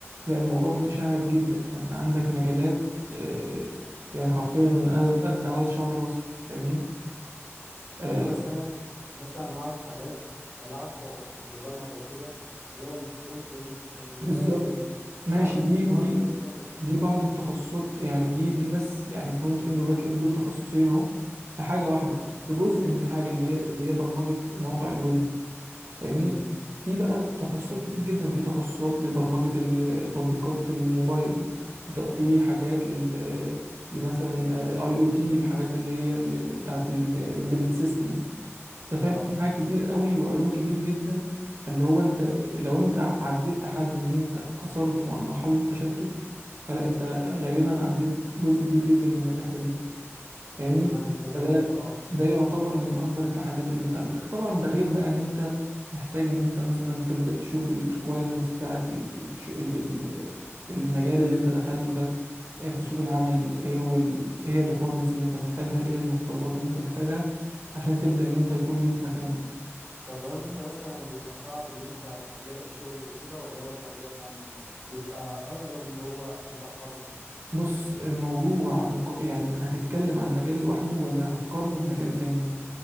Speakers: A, on the right; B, in the centre.
A: لا الموضوع متشعب جدا فانت عندك مجالات آه، يعني حرفيا قد قد عدد شعر راسك فاهمني آه،
B: انا مثلا مثلا انا اعرف حاجات يعني اللي اعرفه في البرمجة وكده اللي هو الفرونت اند الباك
A: بالظبط
B: اند
A: ماشي
B: وبعرف,
A: دي
B: وبعرف
A: دي
B: حاجات تانية
A: دي بعض التخصصات يعني دي دي بس يعني فرونت اند وباك اند دول تخصصين اهو في حاجه واحده
B: اه
A: في جزء من حاجه اللي
B: اه
A: هي اللي هي برمجه مواقع الويب فاهمني
B: امم
A: في بقى تخصصات
B: ايوه
A: كتير جدا في تخصصات لبرمجه ال- تطبيقات الموبايل في ت- في حاجات لل لمثلا اي او تي الحاجات اللي هي ال- ال- بتاعت الامبيدد systems انت فاهم
B: اه
A: في حاجات كتير قوي وعلوم كتير جدا فاللي هو انت لو انت عديت تحدي ان انت كسرت م- مرحلة التشتت فلا انت غالبا عديت جزء كبير جدا من الرحلة دي فاهمني
B: تمام فهمتك
A: فده
B: اه
A: ده يعتبر من اكبر التحديات اللي بتقابلك طبعا ده غير بقى ان انت محتاج ان انت مثلا تبدا تشوف الريكويرمنتس بتاعه ال- الش- ال- ال- المجال اللي انت دخلته ده آه، في سوق العمل ايه هو ال... ايه هي الريكويرمنتس اللي انت محتاجها ايه هي المتطلبات اللي انت محتاجها عشان تبدا ان انت يكون ليك مكان
B: طب لو انت مثلا بيبقى صعب اللي انت تلاقي شغل وكده ولا هو الموضوع يعني بيبقى اقرب اللي هو بيبقى حظ
A: بص الموضوع مق... يعني هتتكلم عن مجال لوحده ولا هتقارنه بمجال تاني